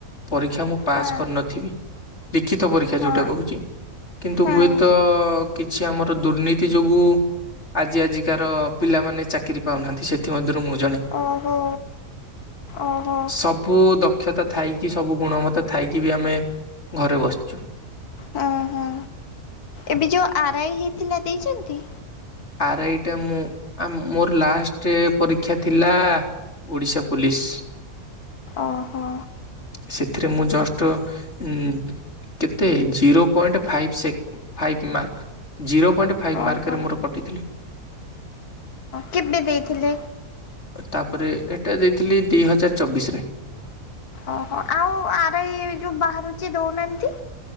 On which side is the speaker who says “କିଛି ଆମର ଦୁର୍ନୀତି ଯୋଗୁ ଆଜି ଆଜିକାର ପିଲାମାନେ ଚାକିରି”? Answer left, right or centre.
Left